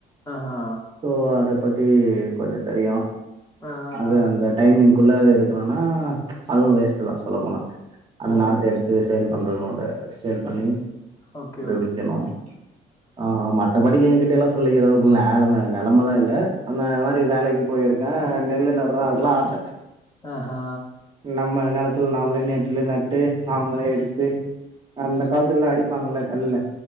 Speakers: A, on the left (about 20°); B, on the right (about 30°).
A: ஆ ஹா
B: சோ அத பத்தி கொஞ்ச தெரியு
A: ஆ, ஆ,
B: அது
A: ஆ.
B: அந்த டைமிங் குள்ள இது எடுக்கணுனா அதுவு வேஸ்ட்டு தா சொல்லப்போனா அந்த
A: ஓஹோ!
B: நாத்தெடுத் ரீ சேல் பண்றதோட சேல் பண்ணி
A: ஓகே,
B: இத
A: ஓகே.
B: விக்கணு ஆ ஆமா மத்தபடி எங்கக்கிட்டலா சொல்கிறளவுக்கு நாலும நெலமலா இல்ல அந்த மாரி வேலைக்கி போயிருக்கே நெல்லு நட்றே அதுக்குலா ஆச
A: ஆ ஹா
B: நம்ம நெலத்துல நாம்ளே நெட்டுல நட்டு நாம்ளே எடுத்து அந்த கால்த் துல அடிப்பாங்கல்ல கல்ல